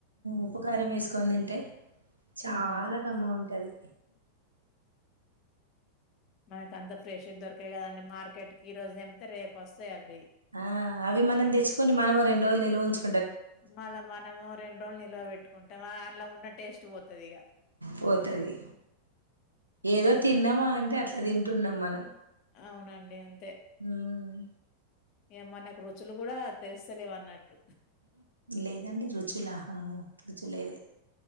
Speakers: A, on the right; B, on the left.
A: ఉప్పు కారం వేసుకొని తింటే చాలా
B: హుహు.
A: కమ్మగుంటది
B: మనకి అంత ఫ్రెష్ దొరకయి కదండి మార్కెట్ కి ఈ రోజు తెంపుతే రేపు వస్తాయి అవి
A: ఆ అవి మనం తెచ్చుకుొని మనం రెండు రోజులు నిల్వ ఉంచు
B: మళ్ళ మనము రెండు రోజులు నిల్వ పెట్టుకుంటాం, అందులో ఉన్న టేస్ట్ పోతది ఇగ
A: పోతది ఏదో తిన్నామా అంటే అట్లా తింటున్నాం మనం
B: అవునండి అం
A: ఉమ్
B: ఏ మనకు రుచులు కూడా తెలుస్తలేవు అన్నట్టు
A: లేదండి రుచుల రుచులే లేదు